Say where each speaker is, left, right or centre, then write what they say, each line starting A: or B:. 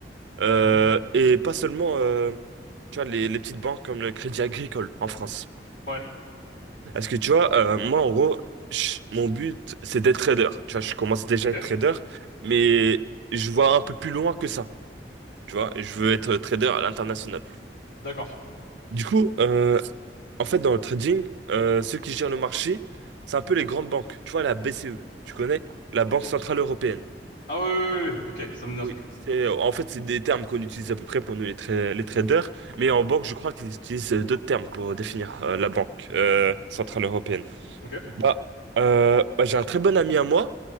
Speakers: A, on the right (about 80°); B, on the left (about 85°).
A: Euh,
B: Mhm.
A: et pas seulement, euh, tu vois, les, les petites banques comme le Crédit Agricole en France.
B: ouais,
A: Parce que tu vois, euh, moi en gros, je- mon but c'est d'être trader. Tu vois, je commence déjà
B: ok,
A: à être trader, mais je vois un peu plus loin que ça. Tu vois, et je veux être trader à l'international.
B: d'accord.
A: Du coup, euh, en fait, dans le trading, euh, ceux qui gèrent le marché, c'est un peu les grandes banques. Tu vois, la BCE, tu connais? La Banque
B: Je-
A: Centrale Européenne.
B: Ah oui, oui, oui, oui, oui. ok, ça me dit un
A: Oui.
B: truc.
A: C'est, en fait, c'est des termes qu'on utilise à peu près pour nous les, tra- les traders, mais en banque, je crois qu'ils utilisent euh, d'autres termes pour définir euh, la Banque euh, Centrale Européenne.
B: Ok,
A: Bah, euh, bah, j'ai un très bon ami à moi.